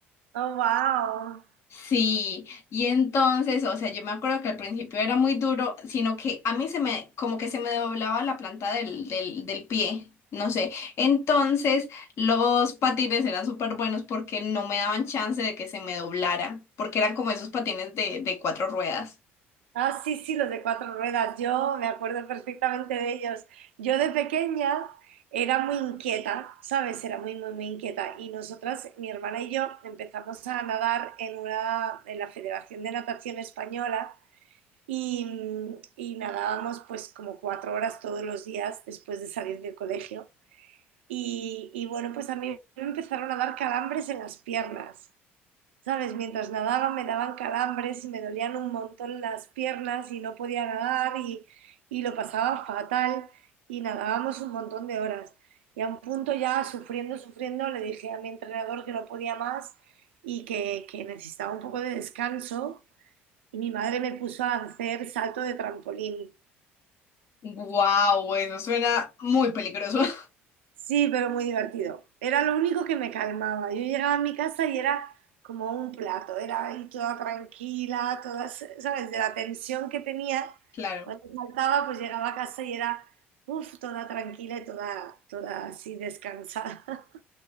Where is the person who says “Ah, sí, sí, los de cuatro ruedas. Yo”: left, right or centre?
Right